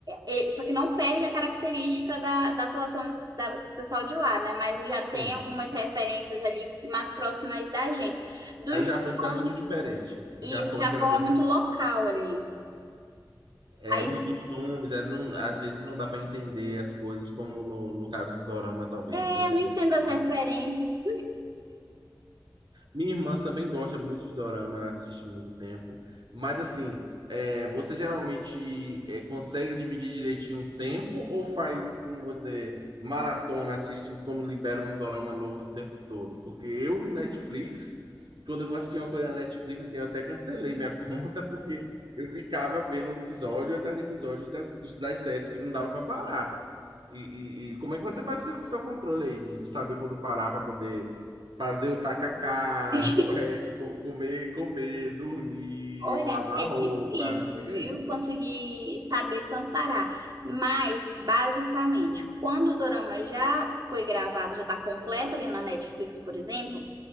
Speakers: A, on the right (about 55°); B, on the right (about 75°).
A: é- é- só que não perde a característica da, da atuação do, da- do pessoal de lá, né? Mas já tem
B: sim.
A: algumas referências ali mais próximas da gente. Do
B: Aí
A: Japão,
B: o Japão fica muito diferente. O
A: isso,
B: Japão
A: o Japão
B: é aquela coisa.
A: é muito local ali.
B: é,
A: Aí,
B: os costumes, é, não- às vezes não dá para entender as coisas, como no, no caso do Dorama, talvez,
A: é,
B: né? Depende,
A: eu não entendo as
B: é mais
A: referências.
B: fácil. Minha irmã também gosta muito de dorama, ela assiste muito tempo. Mas assim, é, você geralmente é, consegue dividir direitinho o tempo ou faz como você maratona, assiste quando libera um dorama novo o tempo todo? Porque eu no Netflix, quando eu vou assistir uma coisa na Netflix, assim, eu até cancelei minha <laughs> conta porque eu ficava vendo episódio atrás de episódio das, dos- das séries que não dava para parar. E, e- e como é que você faz seu, seu controle aí de, de saber quando parar para poder fazer o tacacá,
A: <laughs>
B: co- é, co- comer, comer, dormir,
A: Olha,
B: lavar
A: é difícil,
B: roupa. Diga
A: viu?
B: aí.
A: Conseguir saber quando parar. Mas, basicamente, quando o dorama já foi gravado, já tá completo ali na Netflix, por exemplo,